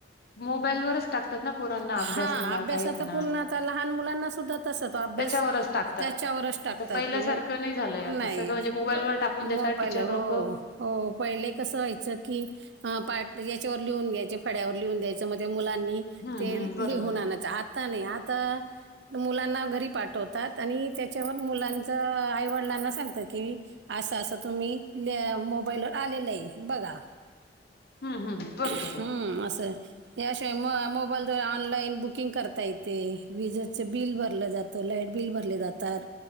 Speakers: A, on the left; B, on the right.
A: मोबाईलवरच. टाकतात ना पोरांना
B: हा
A: अभ्यास म्हणा
B: अभ्यासाचा
A: काही म्हणा
B: पुन्हा आता लहान मुलांना सुद्धा तसं तो अभ्यास
A: त्यांच्यावरच टाक
B: त्याच्यावरच
A: तात
B: टाकतात
A: आता पहिल्यासारखं
B: म्हणजे
A: नाही झालंय, आता
B: नाही
A: सगळं म्हणजे मोबाईलवर
B: पण
A: टाकून देतात
B: मोबाईल
A: टीचर
B: हो
A: लोक.
B: हो. पहिले कसं व्हायचं की, ह पाठ याच्यावर लिहून द्यायचे, फळ्यावर लिहून द्यायचं मग ते मुलांनी.
A: हम्म
B: ते
A: हम्म
B: लिहून
A: बरोबर आहे
B: आणच आता, नाही आता मुलांना घरी पाठवतात आणि त्याच्यावर मुलांचं आईवडिलांना सांगतात की, असं असं तुम्ही, मोबाईलवर आलेलं आहे बघा.
A: हम्म हम्म बरोबर
B: हम्म
A: आहे
B: असं, याशिवाय मोबाईल. ऑनलाईन बुकिंग करता येते, विजेच बिल भरलं जात लाईट बिल भरले जातात.